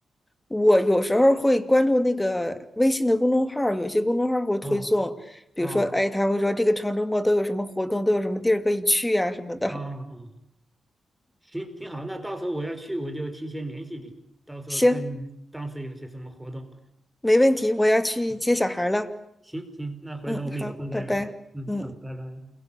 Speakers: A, on the left; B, in the centre.
A: 我有时候会关注那个微信的公众号儿有些公众号儿会推送，
B: 哦哦
A: 比如说，哎，他会说这个长周末都有什么活动，都有什么地儿可以去呀、什么的。
B: 哦哦，行，挺好。那到时候我要去，我就提前联系你，
A: <laughs>
B: 到时候看当时有些什么活动。
A: 行，没问题，我要去接小孩儿了。
B: 嗯行行，那回头我们有空再聊。
A: 嗯，好，拜拜。
B: 嗯，
A: 嗯。
B: 好，拜拜。